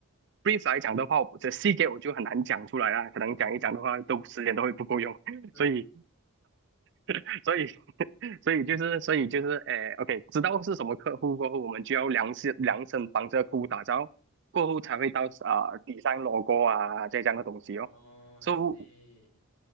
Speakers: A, on the right; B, on the left.
A: brief 来讲的话，我这细节我就很难讲出来啦，可能讲一讲的话，
B: 嗯
A: 都时间都会不够用，<laughs>
B: 是
A: 所以 <laughs> 所以，<laughs> 所以就是，所以就是，诶，OK，知道是什么客户过后，我们就要量身量身帮这个客户打造，过后才会到啊、
B: 嗯
A: 底上 logo 啊这样的东西哦。
B: 哦，I
A: So，
B: see，